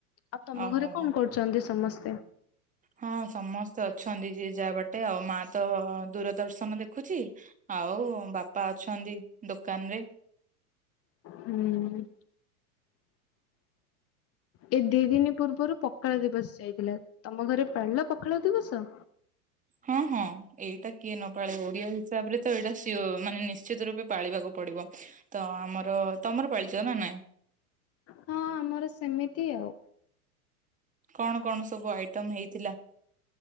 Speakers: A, on the left; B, on the right.
A: ଆଉ ତମ
B: ଓହୋ
A: ଘରେ
B: ହୋ।
A: କଣ କରୁଛନ୍ତି ସମସ୍ତେ? <inaudible>
B: ହଁ ସମସ୍ତେ ଅଛନ୍ତି, ଯିଏ ଯାହା ବାଟେ ଆଉ ମା ତ ଦୂର ଦର୍ଶନ ଦେଖୁଛି ଆଉ ବାପା ଅଛନ୍ତି ଦୋକାନ ରେ
A: ହୁଁ ଏ ଦି ଦିନ ପୂର୍ବରୁ ପଖାଳ ଦିବସ ଯାଇଥିଲା ତମ ଘରେ ପାଳିଲ ପଖାଳ ଦିବସ?
B: ହଁ ହଁ ଏଇଟା କିଏ ନପାଳେ ଓଡିଆ ହିସାବରେ ତ ଏଇଟା ସିଓର ମାନେ ନିଶ୍ଚିତ ରୂପେ ପାଳିବାକୁ ପଡିବ। ତ ଆମର, ତମର ପାଳିଚ ନା ନାଇଁ?
A: ହଁ ଆମର ସେମିତି ଆଉ।
B: କଣ କଣ ସବୁ ଆଇଟମ ହେଇଥିଲା?